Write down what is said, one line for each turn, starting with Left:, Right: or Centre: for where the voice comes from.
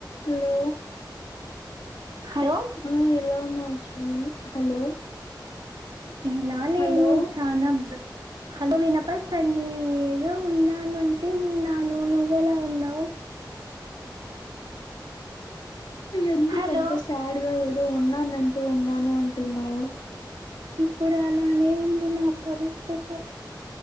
Left: హలో
Right: హలో
Left: ఆ ఎలా ఉన్నావ్ స్టోన్ హలో
Right: ఇలాలేము
Left: హలో
Right: చానా హలో వినపస్తంది ఏదో ఉన్నాను అంటే ఉన్నాను నువ్వ ఎలా ఉన్నావు.
Left: ఎందుకు
Right: హలో
Left: అంత సాడ్గా ఏదో ఉన్నానంటే ఉన్నాను అంటున్నావ్.
Right: ఇప్పుడు అలానే ఉంది నా పరిస్థితి